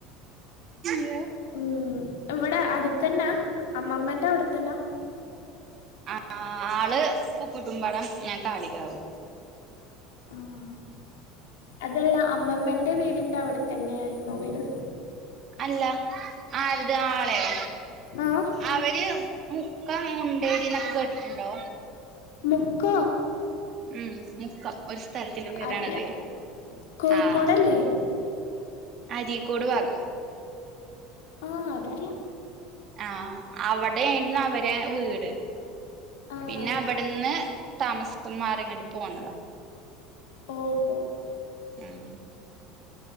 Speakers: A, on the right (about 45°); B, on the left (about 80°).
A: യ
B: ഉം ഇവിടെ അടുത്തന്നാ അമ്മമ്മന്റെ അവിടെത്തന്നാ
A: ആ ആള് പൂക്കൂട്ടും പടം ഞാ കാളികാവു
B: ആഹ് അതല്ല അമ്മമ്മന്റെ വീടിന്റെ അവിടെത്ത തന്നെയ ആായിുന്നോ വീട്
A: അല്ല ആരുത് ആളെയോ
B: ആഹ്
A: അവര് മുക്കം മുണ്ടേരി എന്നൊക്കെ കേട്ടിട്ടുണ്ടോ
B: മുക്ക
A: ഉം മുക്കം ഒരു സ്ഥലത്തി പേരാണത്
B: അറിയാം കോഴിക്കോടല്ലേ
A: ആഹ. അരീക്കോട് ഭാഗം.
B: ആഹ അതറിയ.
A: ആഹ അവിടെര്ന്ന് അവരെ വീട്.
B: ആഹ്
A: പിന്നെ അവിടുന്ന് താമസം മാറി ഇങ്ങട്ട് പോന്നതാ.
B: ഓഹോ.
A: ഉം.